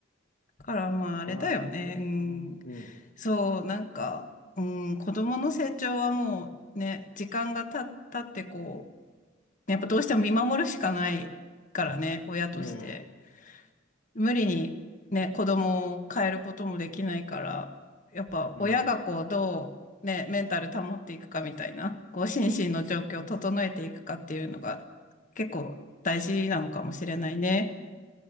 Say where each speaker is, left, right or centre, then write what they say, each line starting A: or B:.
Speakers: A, on the left; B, on the left.
A: からまああれだよね。
B: そこは、そうだよね。
A: うん。
B: うん。
A: そう、なんか、うん、子供の成長はもうね、時間がた、経ってこう、やっぱどうしても見守るしかないからね、親として。
B: うん。
A: 無理にね、子供を変えることもできないから、やっぱ親がこう、
B: うん。
A: どうね、メンタル保っていくかみたいな、こう、心身の状況を整えていくかっていうのが結構大事なのかもしれないね。